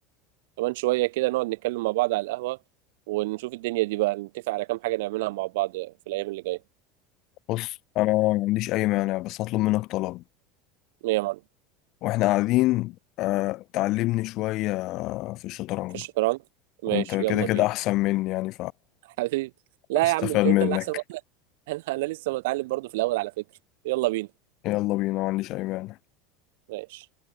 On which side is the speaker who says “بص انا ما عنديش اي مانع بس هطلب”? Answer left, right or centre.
Left